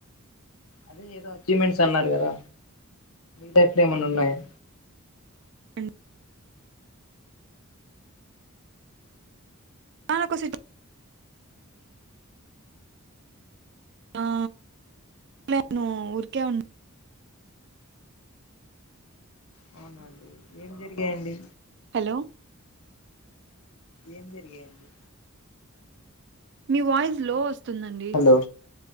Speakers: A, on the left; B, on the right.
A: అదే ఏదో అచీవ్మెంట్స్ అన్నారు కదా మీఫ్ ఏమన్నా ఉన్నాయా
B: అండి. నా కోసడి ఆ నేను ఊరికే ఉన్నా
A: అవునండి ఏం జరిగాయండి
B: హలో
A: ఏం జరిగాయండి
B: మీ వాయిస్ లో వస్తుందండి
A: హలో